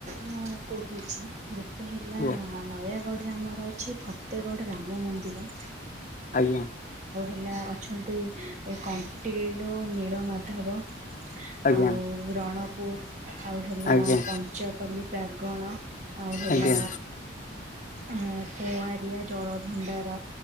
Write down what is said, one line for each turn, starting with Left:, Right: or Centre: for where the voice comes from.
Right: ମୁଁ କହୁଛି ଗୋଟେ ହେଲା
Left: କୁହ
Right: ନୟାଗଡ ରେ ଆମର ଅଛି ଫତେଗଡ଼ ରାମ ମନ୍ଦିର।
Left: ଆଜ୍ଞା।
Right: ପିଲା ଅଛନ୍ତି ଏ କଣ୍ଟିଲୋ ନୀଳ ମାଧବ।
Left: ଆଜ୍ଞା
Right: ଆଉ ରଣପୁର। ଆଉ ହେଲା
Left: ଆଜ୍ଞା
Right: ପଞ୍ଚପଲ୍ଲୀ ପ୍ରାାଗଣ, ଆଉ ହେଲା
Left: ଆଜ୍ଞା
Right: ଅ କୁଆରିଆ ଜଳ ଭଣ୍ଡାର,